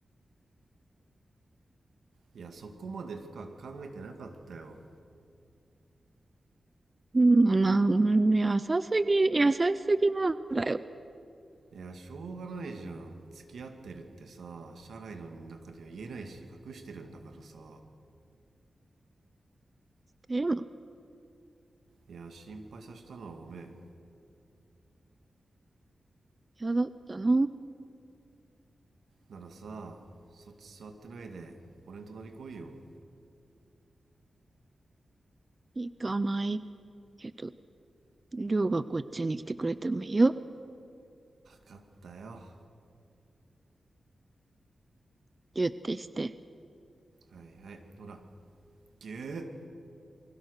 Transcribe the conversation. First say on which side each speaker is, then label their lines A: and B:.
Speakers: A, on the right; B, on the right.
A: いやそこまで深く考えてなかったよ
B: うん、まあ、うん優しすぎ、優しすぎなんだよ。
A: いやしょうがないじゃん付き合ってるってさ社内の中では言えないし隠してるんだからさ
B: でも、
A: いや心配させたのはごめん
B: 嫌だったな。
A: ならさそっち座ってないで俺の隣来いよ
B: 行かないけど、りょうがこっちに来てくれてもいいよ。
A: 分かったよは
B: ギュってして。
A: いはいほらぎゅー